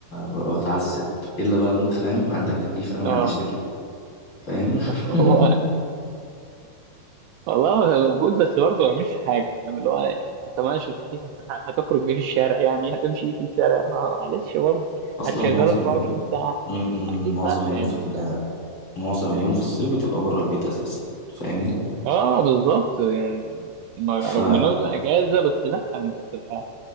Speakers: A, on the left (about 30°); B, on the right (about 90°).
A: ببقى بتعذب الا بقى لو انت فاهم عندك تكييف انا ما
B: اه
A: عنديش تكييف فاهم
B: <laughs> هو
A: <laughs>
B: والله هو موجود بس برضه ما بيعملش حاجه فاهم اللي هو يعني انت ماشي تكيف هت- هتخرج بيه في الشارع يعني هتمشي بيه في الشارع ما- معلش برضه
A: اصلا
B: هتشغله
A: معظم
B: 24
A: اليوم
B: ساعه
A: م- م-
B: اكيد
A: معظم
B: لا
A: اليوم
B: يعني
A: في ال-
B: فاهم
A: معظم اليوم في الصيف بتبقى بره البيت اساسا فاهمني
B: اه بالظبط يعني ما-
A: ف
B: رغم انه بيبقى اجازه بس لا انت بتبقى